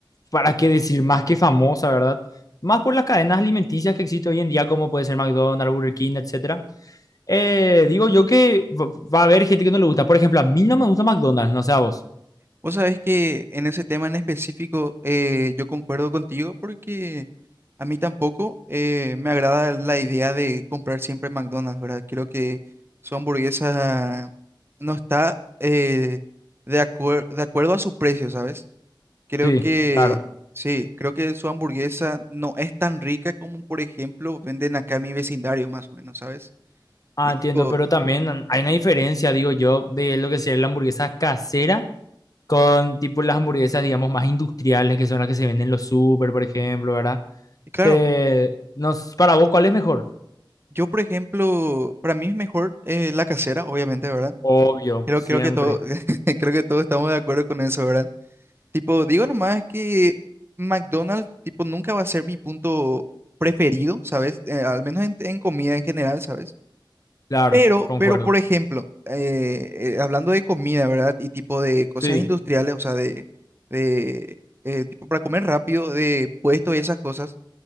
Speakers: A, on the left; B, on the right.
A: ¿para qué decir más que famosa, verdad? Más por las cadenas alimenticias que existen hoy en día, como puede ser McDonald's, Burger King, etcétera. Eh, digo yo que va va a haber gente que no le gusta. Por ejemplo, a mí no me gusta McDonald's, no sé a vos.
B: Vos sabés que en ese tema en específico eh, yo concuerdo contigo porque a mí tampoco eh, me agrada la idea de comprar siempre McDonald's, ¿verdad? Creo que su hamburguesa no está eh, de acuer- de acuerdo a su precio, ¿sabes? Creo
A: Sí,
B: Sí. que
A: claro.
B: sí, creo que su hamburguesa no es tan rica como, por ejemplo, venden acá en mi vecindario, más o menos, ¿sabes?
A: Ah,
B: Y
A: entiendo,
B: tipo,
A: pero también hay una diferencia, digo yo, de lo que sería la hamburguesa casera con tipo las hamburguesas, digamos, más industriales, que son las que se venden en los súper, por ejemplo, ¿verdad?
B: y claro,
A: Que nos, para vos, ¿cuál es mejor?
B: yo, por ejemplo, para mí es mejor eh, la casera, obviamente, ¿verdad?
A: Obvio,
B: Creo,
A: siempre.
B: creo que todo, <laughs> creo que todos estamos de acuerdo con eso, ¿verdad? Tipo, digo nomás que McDonald's, tipo, nunca va a ser mi punto preferido, ¿sabes? Eh, al menos en, en comida en general, ¿sabes?
A: Claro,
B: Pero,
A: concuerdo.
B: pero, por ejemplo, eh, eh, hablando de comida, ¿verdad? Y tipo de cosas
A: Sí,
B: Sí. industriales, o sea, de, de eh, tipo para comer rápido, de puestos y esas cosas.